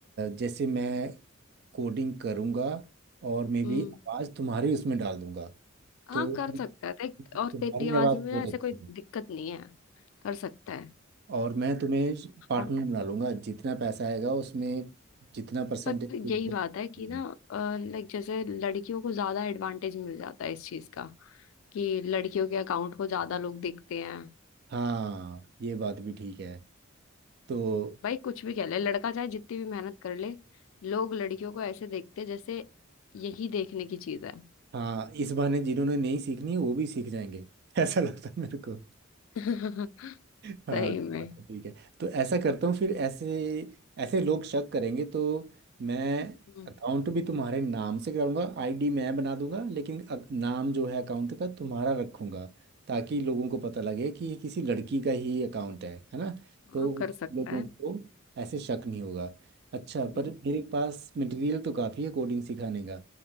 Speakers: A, on the right; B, on the left.
A: जैसे मैं कोडिंग करूंगा और मे बी
B: हम्म
A: आवाज़ तुम्हारी उसमें डाल दूंगा
B: हाँ
A: तो
B: कर सकता है देख
A: तुम्हारी
B: और तेरी आवाज
A: आवाज़
B: में
A: बहुत
B: ना ऐसे
A: अच्छी
B: कोई
A: है
B: दिक्कत नहीं है कर सकता है
A: और मैं तुम्हें पार्टनर
B: हम
A: बना लूंगा जितना पैसा आएगा उसमें जितना परसेंटेज
B: पर
A: तुम
B: यही
A: लोग-
B: बात है कि ना लाइक जैसे लड़कियों को ज्यादा एडवांटेज मिल जाता है इस चीज का कि लड़कियों के अकाउंट को ज्यादा लोग देखते हैं
A: हाँ ये बात भी ठीक है तो
B: भाई कुछ भी कह ले लड़का चाहे जितनी भी मेहनत कर ले लोग लड़कियों को ऐसे देखते हैं जैसे यही देखने की चीज है
A: हाँ इस बहाने जिन्होंने नहीं सीखनी है वो भी सीख जाएंगे <laughs> ऐसा लगता है मेरे को
B: <laughs>
A: हाँ
B: सही में
A: बात तो ठीक है तो ऐसा करता हूँ फिर ऐसे ऐसे लोग शक करेंगे तो मैं
B: हम्म,
A: अकाउंट भी तुम्हारे नाम से कराऊंगा आईडी मैं बना दूंगा लेकिन अक- नाम जो है अकाउंट का तुम्हारा रखूंगा ताकि लोगों को पता लगे कि ये किसी लड़की का ही अकाउंट है है ना
B: हाँ
A: तो
B: कर
A: उस
B: सकता
A: लोगों
B: है
A: को ऐसे शक नहीं होगा अच्छा
B: हम्म,
A: पर मेरे पास मटेरियल तो काफ़ी है कोडिंग सिखाने का